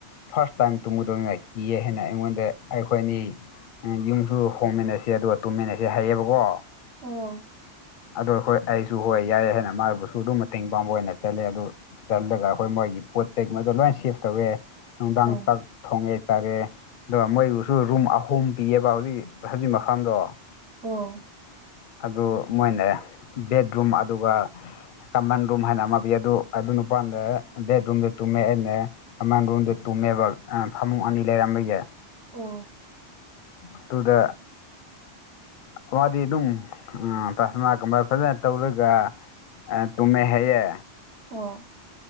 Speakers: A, on the left; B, on the right.
A: ꯐꯥꯔꯁ ꯇꯥꯏꯝ ꯇꯨꯝꯒꯗꯧꯅꯤ ꯀꯤꯑ ꯍꯥꯏꯅ ꯑꯩꯉꯣꯟꯗ ꯑꯩꯈꯣꯏꯅꯤ ꯌꯨꯝꯁꯨ ꯍꯣꯡꯃꯤꯟꯅꯁꯦ ꯑꯗꯨꯒ ꯇꯨꯝꯃꯤꯟꯅꯁꯦ ꯍꯥꯏꯌꯦꯕꯀꯣ
B: ꯑꯣ
A: ꯑꯗꯨ ꯍꯣꯏ ꯑꯩꯁꯨ ꯍꯣꯏ ꯌꯥꯏ ꯍꯥꯏꯅ ꯃꯥꯕꯨꯁꯨ ꯑꯗꯨꯝ ꯃꯇꯦꯡ ꯄꯥꯡꯕ ꯑꯣꯏꯅ ꯆꯠꯂꯦ ꯑꯗꯨ ꯆꯜꯂꯒ ꯑꯩꯈꯣꯏ ꯃꯣꯏꯒꯤ ꯄꯣꯠ ꯆꯩꯒꯨꯝꯕꯗꯣ ꯂꯣꯏ ꯁꯦꯐ ꯇꯧꯋꯦ ꯅꯨꯡꯗꯥꯡ
B: ꯑꯣ
A: ꯆꯥꯛ ꯊꯣꯡꯉꯦ ꯆꯥꯔꯦ ꯑꯗꯨꯒ ꯃꯣꯏꯕꯨꯁꯨ ꯔꯨꯝ ꯑꯍꯨꯝ ꯄꯤꯌꯦꯕ ꯍꯧꯖꯤꯛ ꯍꯧꯖꯤꯛ ꯃꯐꯝꯗꯣ
B: ꯑꯣ
A: ꯑꯗꯨ ꯃꯣꯏꯅꯦ ꯕꯦꯠꯔꯨꯝ ꯑꯗꯨꯒ ꯀꯃꯟ ꯔꯨꯝ ꯍꯥꯏꯅ ꯑꯃ ꯄꯤ ꯑꯗꯨ ꯑꯗꯨ ꯅꯨꯄꯥꯗ ꯕꯦꯠꯔꯨꯝꯗ ꯇꯨꯝꯃꯦ ꯑꯩꯅ ꯑꯃꯟ ꯔꯣꯝꯗ ꯇꯨꯝꯃꯦꯕ ꯐꯃꯨꯡ ꯑꯅꯤ ꯂꯩꯔꯝꯕꯒꯤ
B: ꯑꯣ
A: ꯑꯗꯨꯗ ꯃꯥꯗꯤ ꯑꯗꯨꯝ ꯇꯁꯅꯥꯒꯨꯝꯕ ꯐꯖꯅ ꯇꯧꯔꯒ ꯑꯗ ꯇꯨꯝꯃꯦ ꯍꯥꯏꯌꯦ
B: ꯑꯣ